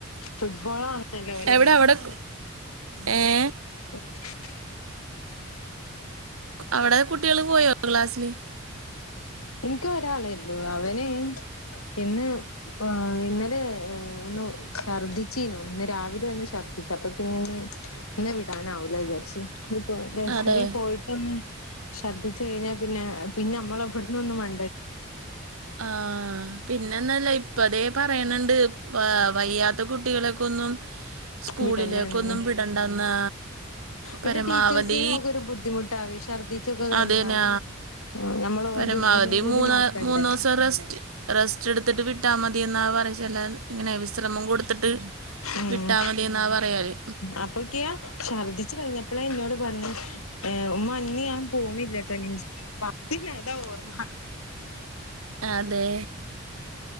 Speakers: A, on the left (about 90°); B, on the right (about 85°).
A: ഫുട്ബോളാണല്ലോ ഓലെ
B: എവിടെ അവിടെ ഏഹ്
A: എത്തി
B: അവിടെ കുട്ടികള് പോയോ ക്ലാസ്സില്
A: എനിക്ക് ഒരാളെയുള്ളൂ അവന് ഇന്ന് ഇന്നലെ ഒന്ന് ഛർദ്ദിച്ചിനു ഇന്ന് രാവിലൊന്ന് ശർദ്ധിച്ചു അപ്പൊ പിന്നെ ഇനി ഇന്ന് വിടാനാവൂല്ല വിചാരിച്ച് ഇപ്പോ നഴ്സറി
B: അതെ
A: പോയിട്ടൊന്ന് ചർദ്ധിച്ചു കഴിഞ്ഞാൽ പിന്നെ പിന്നെ നമ്മളെവിടന്നൊന്നും വേ
B: ആഹ് പിന്നന്നൊല്ല ഇപ്പതേ പറയണണ്ട് വയ്യാത്ത കുട്ടികളൊക്കൊന്നും സ്കൂളിലേക്കൊന്നും
A: വിടല്ലേ എന്നന്നെ
B: വിടണ്ടന്ന്
A: പിന്നെ
B: പരമാവധി
A: ടീച്ചേഴ്സിന് ആകെ ഒരു ബുദ്ധിമുട്ടാവേ ഛർദ്ദിച്ചൊക്കെ കഴിഞ്ഞാല്
B: അതെന്നെ
A: നമ്മള്
B: പരമാവധി
A: ഓല് ഓലും കൂടി
B: മൂന്ന്
A: നോക്കണ്ടേ
B: മൂന്നു ദിവസം റെസ്റ്റ് റെസ്റ്റ് എടുത്തിട്ട് വിട്ടാ മതിയെന്നാ പറ ചെല്ലാൻ ഇങ്ങനെ വിശ്രമം കൊടുത്തിട്ട്
A: ഉം
B: വിട്ടാൽ മതി എന്നാ പറയല്
A: അപ്പൊക്കെയാ ഛർദ്ദിച്ചു കഴിഞ്ഞപ്പോളാ എന്നോട് പറഞ്ഞ് ഏഹ് ഉമ്മ ഇന്ന് ഞാൻ പോണില്ലട്ടോ ഇനി <unintelligible> ഓർമ്മ
B: അതെ